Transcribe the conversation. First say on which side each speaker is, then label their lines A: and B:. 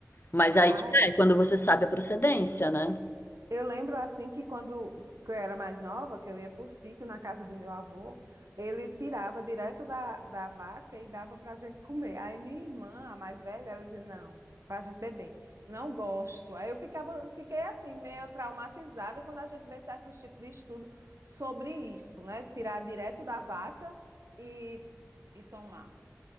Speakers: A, on the left; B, on the right.
A: Mas aí
B: Ah,
A: que tá, é quando você sabe a procedência, né?
B: Eu lembro assim que quando que eu era mais nova, que eu ia para o sítio na casa do meu avô, ele tirava direto da, da vaca e dava para a gente comer. Aí minha irmã, a mais velha, ela dizia, não, para a gente beber. Não gosto. Aí eu ficava, fiquei assim, meio traumatizada quando a gente vê certos tipos de estudo sobre isso, né? Tirar direto da vaca e, e tomar.